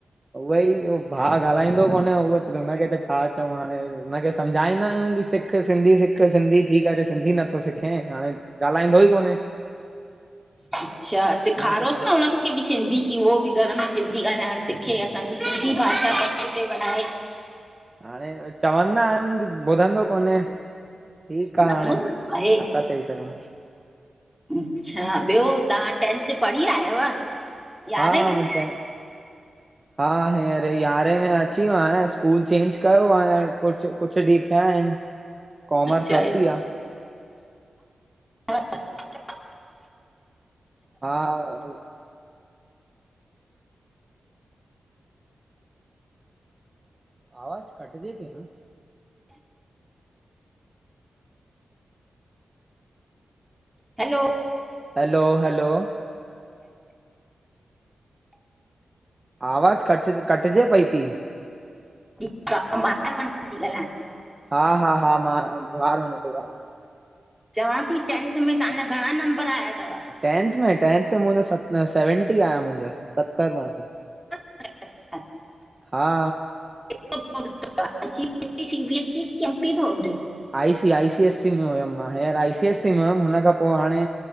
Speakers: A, on the right; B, in the centre.
A: उहई भाउ ॻाल्हाईंदो कोन्हे, उहो त हुनखे त छा चऊं हाणे, हुनखे सम्झाईंदा आहियूं की सिखु सिखु सिंधी सिखु, सिंधी थी करे सिंधी नथो सिखे, हाणे ॻाल्हाईंदो ई कोन्हे।
B: अच्छा!
A: हिनजे
B: सेखारोसि
A: लाइ
B: न हुनखे बि सिंधी की उहो बि घरु में सिंधी ॻाल्हाइणु सिखे, असांजी सिंधी भाषा खे अॻिते वधाए।
A: हाणे चवंदा आहियूं, ॿुधंदो कोन्हे, ठीकु आ
B: न
A: हाणे।
B: ॿुधंदो आहे?
A: था चई सघोउसु।
B: अच्छा, ॿियो तव्हां टेंथ पढ़ी आयव? यारहें
A: हा
B: में
A: मा टेन्थ, हा हींअर यारहें में अची वियो आयां स्कूल चेंज कयो आ हिअंर, कुछ- कुछ ॾींहं थिया आहिनि, कॉमर्स
B: अच्छा
A: वरिती आहे।
B: <unintelligible>
A: हा आवाज़ु कटजे ती न?
B: हैलो?
A: हैलो-हैलो! आवाज़ु कट- कटजे पई ती।
B: ठीकु आ, ॿाहिरु वञी तीं ॻाल्हायां।
A: हा-हा- हा, मां ॿाहिरु वञी तो ॻाल्हायां।
B: चवां ती, टेंथ में तांजा घणां नंबरु आया तवि?
A: टेंथ में -टेंथ में मुहिंजा स सेवेंटी आहिया मुंहिंजा, सतरु परसेंट।
B: अच हा -- <unintelligible>
A: हा।
B: केड़ो बोर्ड तवि? सीबीएससी- सीबीएससी की एमपीबोर्ड?
A: आईसी आईसी एससी में हुयमि मां हींअर आईसी एसी में हुयमि। हुन खां पोइ हाणे